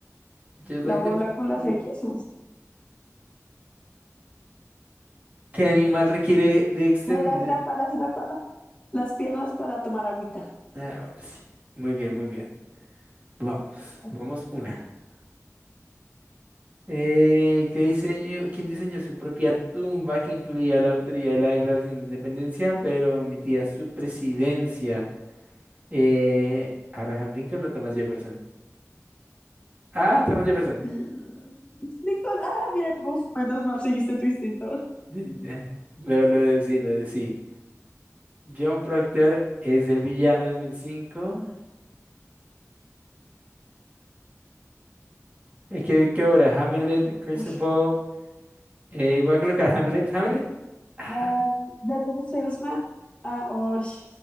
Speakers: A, on the right; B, on the left.
A: Yo
B: La
A: soy de-
B: bola con las
A: y-
B: X.
A: ¿Qué animal requiere de extender?
B: Ay, la jirafa, la jirafa. Las piernas para tomar agüita.
A: Ah, bueno, sí. Muy bien, muy bien. Vamos,
B: Así.
A: vamos una. Eh, ¿qué diseño, quién diseñó su propia tumba que incluía la autoridad de la Declaración de Independencia, pero omitía su presidencia? Eh, Abraham Lincoln o Thomas Jefferson. Ah, Thomas Jefferson.
B: Mm, Nicolás, ah, bien, uf, menos mal seguiste tu instinto.
A: De- de- Lo, lo de sí, lo de sí. John Proctor es el villano de 2005. Es que, ¿qué obra? Hamlet, Curse
B: Ush.
A: of All. Eh, voy a colocar Hamlet. ¿Hamlet? Ajá.
B: Ah, de tu salesman. Ah, ush,